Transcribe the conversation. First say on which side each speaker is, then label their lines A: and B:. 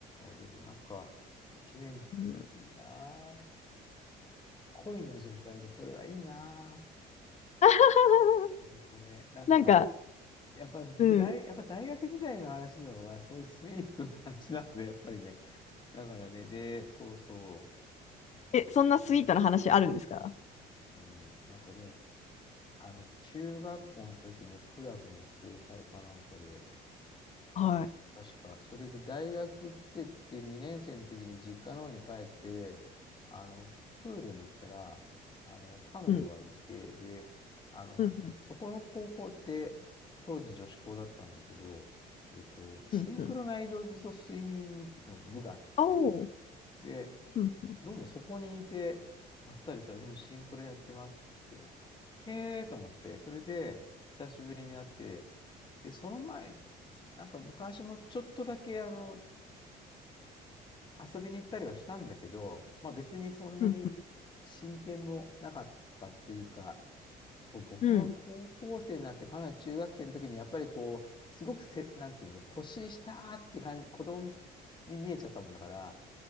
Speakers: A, on the left (about 25°); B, on the left (about 40°).
A: あ、でもなんか、一年ついたな。
B: うん、
A: 恋の状態で、それはいいな
B: <laughs>
A: ぁ。ごめん。なんか、
B: なんか、
A: やっぱり僕大、
B: うん。
A: やっぱ大学時代の話の方が、そういうスイートな話なんで、やっぱりね。だからね、で、そうそう、なんだっけな。
B: え、そんなスイートな話あるんですか
A: うん、なんかね、あの、中学校の時のクラブの後輩かなんかで、
B: はい。
A: 確か。それで大学来てって2年生の時に実家の方に帰って、あの、プールに行ったら、あの、彼女がいて、
B: うん。
A: で、あの、
B: うん。
A: そこの高校って、当時女子校だったんだけど、えっと、シンクロナイズドスイミングの部があって、
B: うん。うん。おお。
A: で、
B: うん。
A: どうもそこにいて、ばったりしたら、うん、シンクロやってますって。へえと思って、それで、久しぶりに会って、で、その前、なんか昔もちょっとだけ、あの、遊びに行ったりはしたんだけど、まあ別にそんなに進展もなかったっていうか、
B: うん。
A: そう、僕が高校生になって、
B: うん。
A: かなり中学生の時に、やっぱりこう、すごくせ、なんていうの、年下って感じ、子供に見えちゃったもんだから、